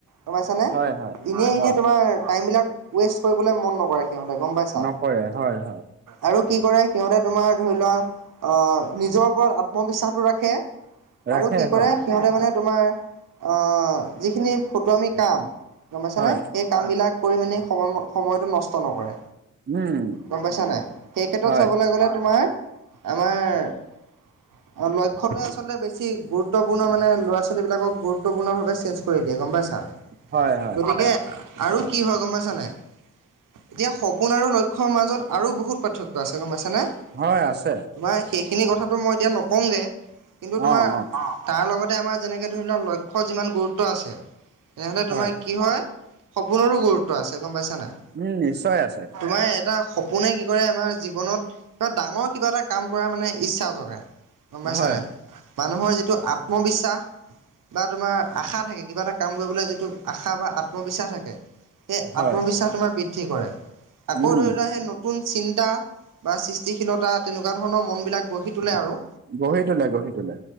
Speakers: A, on the right; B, on the right.
A: গমপাইছানে
B: হয় হয়
A: এনেই - এনেই
B: অঁ
A: তোমাৰ টাইমবিলাক ৱেষ্ট কৰিবলৈ মন নকৰে। সিহঁতে গম পাইছা।
B: নকৰে হয় হয়
A: আৰু কি কৰে সিহঁতে তোমাৰ ধৰি লোৱা অহ, নিজৰ ওপৰত আত্মবিশ্বাসটো ৰাখে।
B: ৰাখে
A: আৰু কি কৰে
B: হয়
A: সিহঁতে মানে তোমাৰ আহ, যিখিনি ফটোৱামি কাম গমাপাইছানে
B: হয়
A: সেই কামবিলাক কৰি মানি সময় সময়টো নষ্ট নকৰে।
B: উম
A: গম পাইছা নাই সেই ক্ষেত্ৰত
B: হয়
A: চাবলৈ গ'লে তোমাৰ আমাৰ লক্ষ্যটোৱে আচলতে বেছি গুৰুত্ব। সম্পূৰ্ণ মানে ল'ৰা ছোৱালীবিলাকক গুৰুত্বপূৰ্ণভাৱে চেঞ্জ কৰি দিয়ে গম পাইছা
B: হয় হয়
A: গতিকে আৰু কি হয় গম পাইছা নাই এতিয়া সপোন আৰু লক্ষ্যৰ মাজত আৰু বহুত পাৰ্থক্য আছে গম পাইছেনে
B: হয় আছে।
A: তোমাৰ সেইখিনি কথাটো মই এতিয়া নকওঁ গে কিন্তু তোমাৰ
B: অঁ অঁ
A: তাৰ লগতে আমাৰ যেনেকে ধৰি লোৱা লক্ষ্য যিমান গুৰুত্ব আছে তেনেহলে
B: হয়
A: তোমাৰ কি হয়। সপোনৰো গুৰুত্ব আছে গম পাইছা নাই।
B: উম নিশ্চয় আছে।
A: তোমাৰ এটা সপোনে কি কৰে আমাৰ জীৱনত কিবা ডাঙৰ কিবা এটা কাম কৰাৰ মানে ইচ্ছা জগায় গম পাইচা
B: হয়,
A: নাই মানুহৰ যি যিটো আত্মবিশ্বাস বা তোমাৰ আশা থাকে কিবা এটা কাম কৰিবলৈ যিটো আশা বা আত্মবিশ্বাস থাকে। সেই
B: হয়,
A: আত্মবিশ্বাস তোমাৰ বৃদ্ধি কৰে আকৌ
B: উম,
A: ধৰি লোৱা সেই নটো নতুন চিন্তা বা সৃষ্টিশীলতা তেনেকুৱা ধৰণৰ মনবিলাক গঢ়ি তোলে আৰু।
B: গঢ়ি তোলে-গঢ়ি তোলে।